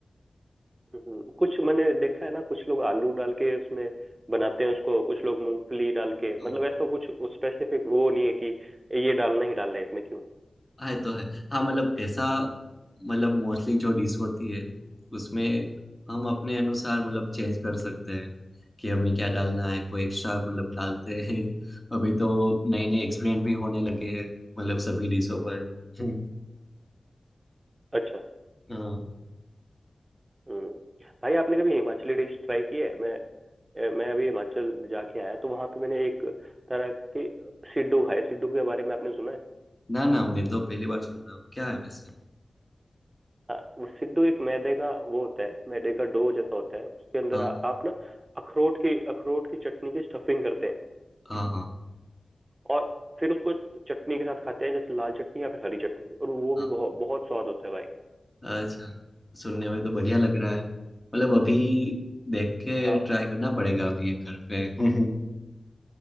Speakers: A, on the right; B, on the left.
A: हम्म, कुछ मैंने देखा है ना कुछ लोग आलू डाल के उसमें बनाते हैं उसको कुछ लोग मूंगफली डाल के
B: हाँ
A: मतलब ऐसा कुछ स्पेसिफिक वो नहीं है कि ये डालना ही डालना है इसमें क्यों
B: हाँ, ये तो है हाँ मतलब ऐसा मतलब मोस्टली जो डिश होती है उसमें हम अपने अनुसार मतलब चेंज कर सकते हैं कि हमें क्या डालना है कोई एक्स्ट्रा मतलब डालते हैं <laughs> अभी तो नए नए एक्सपेरिमेंट भी होने लगे हैं मतलब सभी डिशों पर <laughs>
A: अच्छा
B: हाँ
A: हम्म भाई आपने कभी हिमाचली डिश ट्राई की है मैं अ, मैं अभी हिमाचल जाके आया तो वहां पे मैंने एक तरह की सिड्डू खाई सिड्डू के बारे में आपने सुना है
B: ना ना मैं तो पहली बार सुन रहा हूँ क्या है वैसे
A: हाँ, वो सिड्डू एक मैदे का वो होता है मैदे का डो जैसा होता है उसके अंदर
B: हाँ
A: आ,
B: हाँ
A: आप ना अखरोट की अखरोट की चटनी की स्टफिंग करते हैं
B: हाँ हाँ
A: और फिर उसको चटनी के साथ खाते हैं जैसे लाल चटनी या फिर हरी चटनी और वो
B: हाँ।
A: भी बहुत बहुत स्वाद होता है भाई
B: अच्छा सुनने में तो बढ़िया लग रहा है मतलब
A: हम्म,
B: अभी देख के
A: हाँ
B: ट्राई करना पड़ेगा अभी ये घर पे <laughs>